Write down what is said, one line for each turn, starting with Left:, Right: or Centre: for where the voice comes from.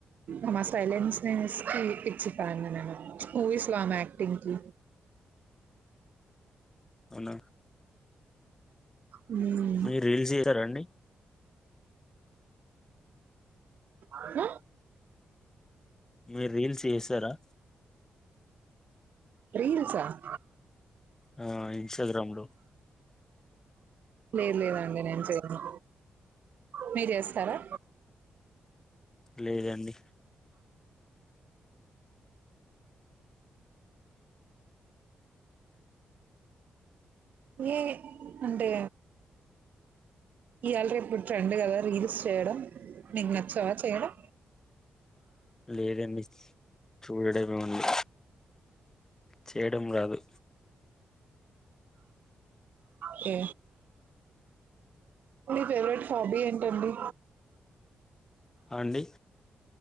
Right: ఆమే సైలెన్స్ కి నేను పి పిచ్చి ఫ్యాన్ ని నేను అనమాట మూవీస్ లో ఆమె. యాక్టింగ్ కి.
Left: అవునా
Right: హ్మ్
Left: మీ రీల్స్ చేసారా అండి
Right: ఉమ్
Left: మీర్ రీల్స్ చేస్తారా
Right: రీల్స్ ఆహ్.
Left: ఆహ్ ఇన్స్టాగ్రామ్ లో.
Right: లేదు లేదండి నేను చేయను మీరు చేస్తారా.
Left: లేదండి.
Right: ఏ అంటే ఇయాల రేపు ట్రెండ్ కదా రీల్స్ చేయడం నీకు నచ్చవా చేయడం
Left: లేదండి చూడడమే ఉంది చేయడం రాదు
Right: కే మీ ఫేవరెట్ హాబీ ఏంటండి
Left: ఆండి